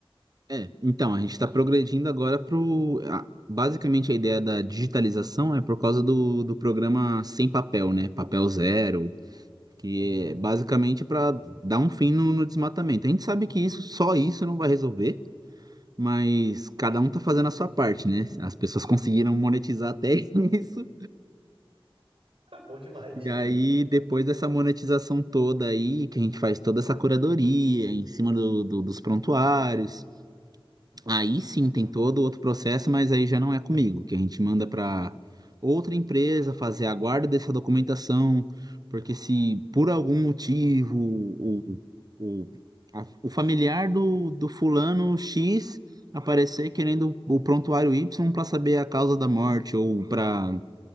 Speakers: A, on the right; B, on the right.
A: É, então,
B: sei
A: a gente está
B: lá.
A: progredindo agora para o. Basicamente, a ideia da digitalização é por causa do, do programa Sem Papel, né? Papel Zero. que
B: Uhum.
A: é basicamente para dar um fim no, no desmatamento. A gente sabe que isso, só isso não vai resolver, mas cada um tá fazendo a sua parte, né? As pessoas conseguiram monetizar até <laughs> isso.
B: Bom demais.
A: E aí, depois dessa monetização toda aí, que a gente faz toda essa curadoria em cima do, do- dos prontuários, Aí sim tem todo outro processo, mas aí já não é comigo, que a gente manda para outra empresa fazer a guarda dessa documentação, porque se por algum motivo o, o, a- o familiar do, do fulano X aparecer querendo o prontuário Y para saber a causa da morte, ou para